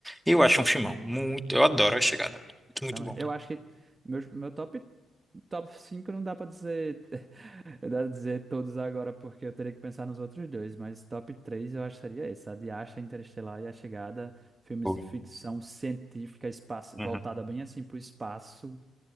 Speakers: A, in the centre; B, on the right.
A: eu acho um filmão. Muito, eu adoro a chegada. Muito, muito
B: Também.
A: bom.
B: Eu acho que meu, meu top, top 5 não dá pra dizer, <laughs> dá pra dizer todos agora, porque eu teria que pensar nos outros dois, mas top 3 eu acho que seria esse, a de Asha, Interestelar e A Chegada, filmes
A: Boa.
B: de ficção científica, espaço,
A: Uhum.
B: voltada bem assim pro espaço,